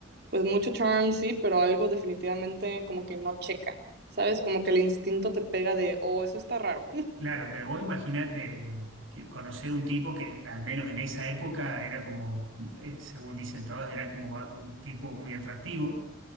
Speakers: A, on the right; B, on the right.
A: pues mucho charm, sí, pero algo definitivamente como que no checa, ¿sabes? Como que el instinto te pega de, oh, eso está raro.
B: Claro, pero vos imaginate que conocer un tipo que, al menos en esa época, era como, eh, según dicen todas, era como va- un tipo muy atractivo,